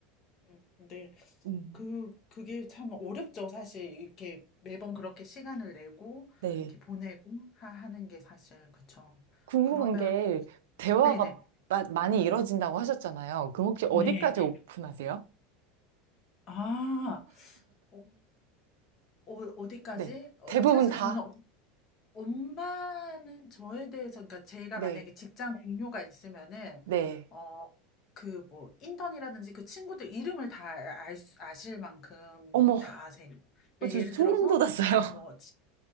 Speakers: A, on the left (about 40°); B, on the right (about 80°).
A: 음, 네.
B: 음.
A: 그 그게 참 어렵죠. 사실 이렇게 매번 그렇게 시간을 내고
B: 네
A: 이렇게 보내고 하, 하는 게 사실 그쵸.
B: 궁금한
A: 그러면
B: 게 대화가
A: 네네.
B: 마- 많이 이루어진다고 하셨잖아요. 그럼 혹시 어디까지
A: 네, 네.
B: 오픈하세요?
A: 아, 어, 어, 어디까지?
B: 네.
A: 어,
B: 대부분
A: 사실
B: 다?
A: 저는 어- 엄마는 저에 대해서, 그러니까 제가
B: 네.
A: 만약에 직장 동료가 있으면은,
B: 네.
A: 어, 그 뭐, 인턴이라든지 그 친구들 이름을 다 알, 수- 아실 만큼
B: 어머.
A: 다 아세요. 그러니까
B: 어, 저
A: 예를
B: 소름
A: 들어서,
B: 돋았어요. <laughs>
A: 뭐,